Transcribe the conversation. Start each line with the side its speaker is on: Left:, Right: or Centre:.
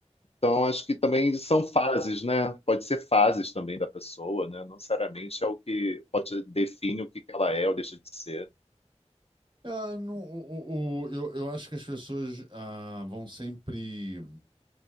Left: Então, acho que também são fases, né? Pode ser fases também da pessoa, né? Não necessariamente é o que pode define o que que ela é ou deixa de ser.
Right: é, não, o, o- o- eu, eu acho que as pessoas ah, vão sempre